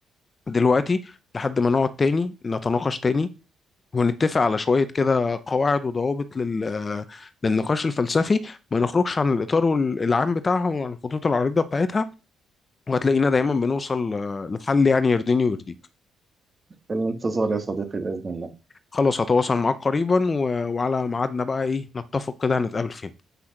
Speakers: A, on the left (about 35°); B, on the right (about 30°).
A: دلوقتي لحد ما نقعد تاني نتناقش تاني ونتفق على شوية كده قواعد وضوابط لل... للنقاش الفلسفي ما نخرجش عن الإطار وال- العام بتاعها وعن الخطوط العريضة بتاعتها وهتلاقينا دايما بنوصل آه، لحل يعني يرضيني ويرضيك
B: في الانتظار يا صديقي بإذن الله
A: خلاص هتواصل معاك قريبا و... وعلى ميعادنا بقى إيه نتفق كده هنتقابل فين